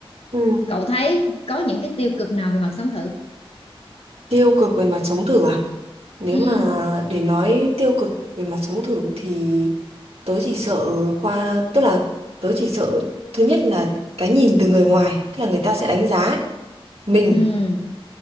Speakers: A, on the right (about 85°); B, on the left (about 75°).
A: Ừ.
B: cậu thấy có những cái tiêu cực nào về mặt sống thử
A: Tiêu cực về mặt sống thử à? Nếu
B: ừ
A: mà để nói tiêu cực về mặt sống thử thì tớ chỉ sợ khoa, tức là tớ chỉ sợ thứ nhất là cái nhìn từ người ngoài, tức là người ta sẽ đánh giá mình.
B: ừ